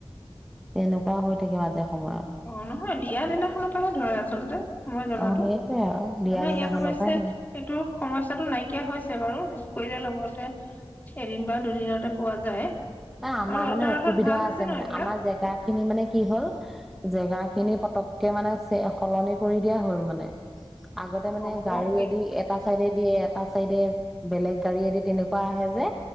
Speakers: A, in the centre; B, on the left.
A: তেনেকুৱা হৈ থাকে মাজে সময়ে
B: অ', নহয় বিয়াৰ দিনাখনৰ পৰাহে ধৰে আচলতে, মই জনাতো,
A: অ সেইটোয়ে আৰু দিয়া
B: আমাৰ
A: দিনাখনৰ
B: ইয়াত অৱশ্যে
A: পৰাই ধৰে
B: এইটো সমস্যাটো নাইকিয়া হৈছে বাৰু বুক কৰিলে লগতে এদিন বা দুদিনতে পোৱা যায়।
A: ন আমাৰ
B: আৰু
A: মানে
B: এটা
A: অসুবিধা
B: অৰ্থত ভাল হৈছে
A: আছে
B: ন
A: মানে
B: এইবিলাক
A: আমাৰ জেগা খিনি মানে কি হ'ল জেগা খিনি পতককে মানে সলনি কৰি দিয়া হল মানে আগতে মানে
B: অ
A: গাড়ীয়েদি
B: সেইটো কাৰণে
A: এটা চাইডে দিয়ে এটা চাইডে বেলেগ গাড়ীয়েেদি তেনেকোৱা কোৱা আহে যে